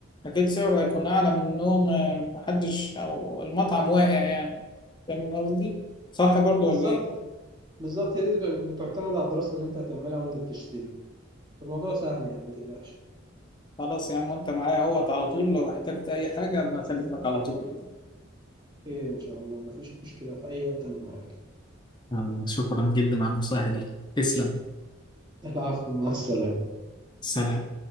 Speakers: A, on the left (about 25°); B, on the right (about 20°).
A: أكيد سعره هيكون أعلى من إنهم آه، محدش أو المطعم واقع يعني فاهم قصدي؟ صح برضو
B: بالظبط
A: ولا إيه؟
B: بالظبط هي دي بتعتمد على الدراسه اللي انت هتعملها وانت بتشتري فالموضوع سهل يعني ما تقلقش
A: خلاص يا عم وأنت معايا أهوت على طول لو احتجت أي حاجة بكلمك على طول
B: خير ان شاء الله مفيش مشكله في اي وقت انا معاك
A: يلا، شكرا جدا على النصائح دي تسلم
B: العفو مع السلامه
A: سلام